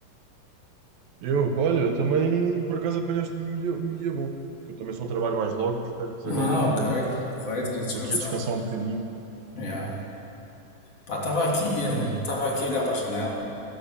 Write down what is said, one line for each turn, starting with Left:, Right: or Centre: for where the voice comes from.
Right: Eu, olha, também por acaso apanhaste um dia, um dia bom. Que eu também só trabalho mais logo, portanto
Left: Ah,
Right: agora também
Left: ok, porreiro, estás a descansar.
Right: estou aqui a descansar um bocadinho.
Left: Yeah. Pá, estava aqui, eh, estava aqui a olhar para a janela